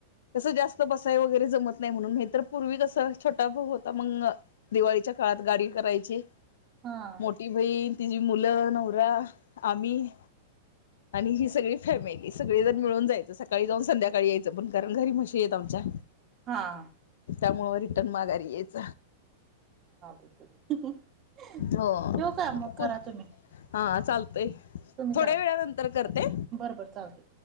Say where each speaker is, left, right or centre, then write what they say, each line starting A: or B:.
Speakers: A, on the left (about 80°); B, on the right (about 25°).
A: तस जास्त बसाय वगैरे जमत नाही म्हणून नाहीतर पूर्वी कस छोटा भाऊ होता मग दिवाळीच्या काळात गाडी करायची
B: हा.
A: मोठी बहीण तिचीी मुलं नवरा आम्ही.. आणि ही सगळी फॅमिली सगळे जण मिळून जायचं सकाळी जाऊन संध्याकाळी यायचं पण कारण घरी म्हशी येत आमच्या..
B: हा हा.
A: त्यामु रिटर्न माघारी यायच.
B: <unintelligible>
A: हो
B: ठेवू का मग करा
A: प
B: तुम्ही
A: हा चालतंय.
B: तुम्ही
A: थोड्या
B: करा
A: वेळा नंतर करते.
B: बरं बरं चालतंय.